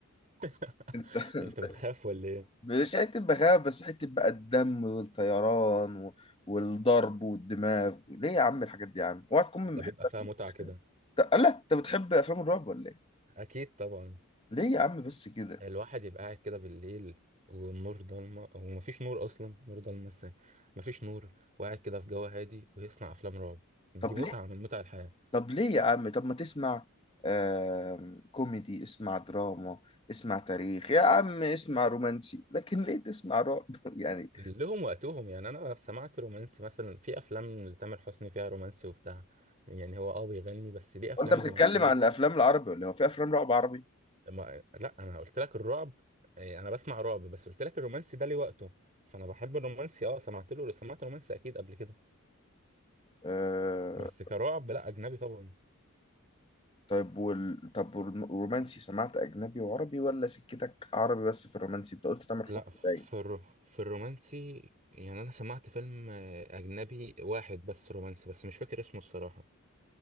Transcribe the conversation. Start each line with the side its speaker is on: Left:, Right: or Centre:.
Right: <laughs>
Left: انت
Right: انت بتخاف
Left: <laughs>
Right: ولا ايه
Left: مش حتة بخاف بس حتة بقى الدم والطيران و... والضرب والدماغ ليه يا عم الحاجات دي يا عم اوعى تكون من
Right: ده
Left: محب
Right: بيبقى
Left: أفلام-
Right: فيها متعة كده
Left: لا انت بتحب افلام الرعب ولا ايه
Right: اكيد طبعا
Left: ليه يا عم بس كده
Right: الواحد يبقى قاعد كده بالليل والنور ضلمة ومفيش نور اصلا نور ضلمة ازاي مفيش نور وقاعد كده في جو هادي ويصنع افلام رعب دي
Left: طب
Right: متعة
Left: ليه
Right: من متع الحياة
Left: طب ليه يا عم طب ما تسمع آم، كوميدي اسمع دراما اسمع تاريخ يا عم اسمع رومانسي لكن ليه تسمع رعب <laughs> يعني
Right: لهم وقتهم يعني انا سمعت رومانسي مثلا في افلام لتامر حسني فيها رومانسي وبتاع يعني هو اه بيغني بس ليه افلام
Left: وانت بتتكلم
Right: رومانسية
Left: عن الافلام العربي ولا إيه؟ هو في افلام رعب عربي
Right: ما... لا انا قلت لك الرعب إيه، انا بسمع رعب بس قلت لك الرومانسي ده ليه وقته فانا بحب الرومانسي اه سمعت له سمعت رومانسي اكيد قبل كده
Left: آه
Right: بس كرعب لا اجنبي طبعا
Left: طيب وال... طب والرومانسي سمعت اجنبي وعربي ولا سكتك عربي بس في الرومانسي انت قلت تامر
Right: لا
Left: حسني باين
Right: في الر... في الرومانسي يعني انا سمعت فيلم آه، اجنبي واحد بس رومانسي بس مش فاكر اسمه الصراحة